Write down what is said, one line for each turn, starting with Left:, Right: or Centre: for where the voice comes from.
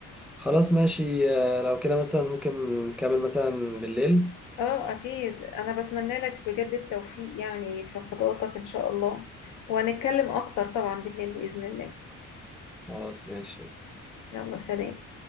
Centre: خلاص ماشي آه، لو كده مثلا ممكن نكمل مثلا بالليل
Left: أه أكيد أنا بتمنى لك بجد التوفيق يعني في خطواتك إن شاء الله وهنتكلم أكتر طبعا بالليل بإذن الله
Centre: خلاص ماشي
Left: يلا سلام